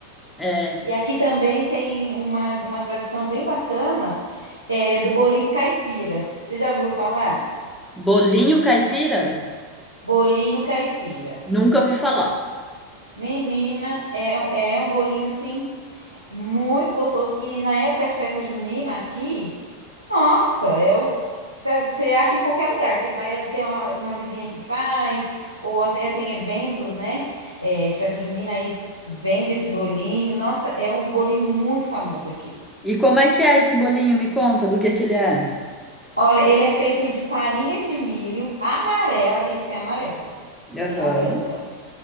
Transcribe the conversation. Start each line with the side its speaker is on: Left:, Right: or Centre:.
Centre: é.
Right: E aqui também tem uma, uma tradição bem bacana, é do bolinho caipira. Você já ouviu falar?
Centre: Bolinho caipira?
Right: Bolinho caipira.
Centre: Nunca ouvi falar.
Right: Menina, é, é um bolinho assim Muito gostoso. E na época de festa junina aqui, nossa, é o. Sabe, você acha em qualquer lugar. Você vai, tem uma, uma vizinha que faz, ou até tem eventos, né? é, de festa junina, aí vende esse bolinho. Nossa, é um bolinho muito famoso aqui.
Centre: E como é que é esse bolinho? Me conta do que que ele é.
Right: Olha, ele é feito de farinha de milho amarela, tem que ser amarela, porque
Centre: Aham.
Right: tem a branca.